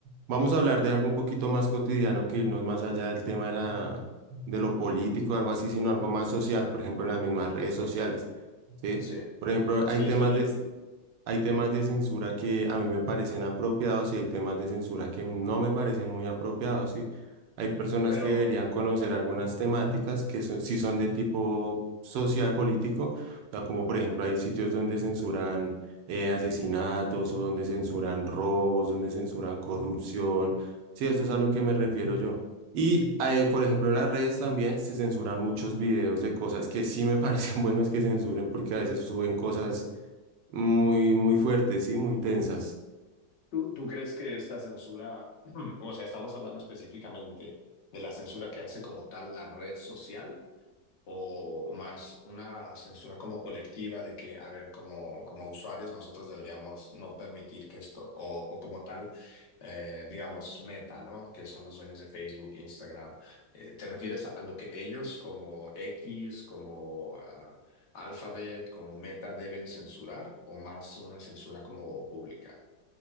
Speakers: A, on the right; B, on the left.
A: vamos a hablar de algo un poquito más cotidiano que irnos más allá del tema de la, de lo político, algo así, sino algo más social, por ejemplo, en las mismas redes sociales, ¿sí?
B: Sí,
A: Por ejemplo,
B: sí,
A: hay temas
B: está bien.
A: de, hay temas de censura que a mí me parecen apropiados y hay temas de censura que no me parecen muy apropiados, ¿sí? Hay personas
B: Pero
A: que deberían conocer algunas temáticas que son- sí son de tipo social, político, o sea, como por ejemplo hay sitios donde censuran eh, asesinatos o donde censuran robos, donde censuran corrupción, sí, eso es a lo que me refiero yo. Y hay, por ejemplo, en las redes también se censuran muchos videos de cosas que sí me parecen <laughs> buenos que censuren porque a veces suben cosas muy, muy fuertes, ¿sí? Muy densas.
B: ¿Tú, tú crees que esta censura, <clears throat> o sea, estamos hablando específicamente de la censura que hace como tal la red social o más una censura como colectiva de que, a ver, como, como usuarios nosotros deberíamos no permitir que esto, o, o como tal, eh, digamos, Meta, ¿no? Que son los dueños de Facebook, Instagram. Eh, ¿te refieres a, a lo que ellos como X, como... ah, Alphabet como Meta deben censurar o más una censura como pública?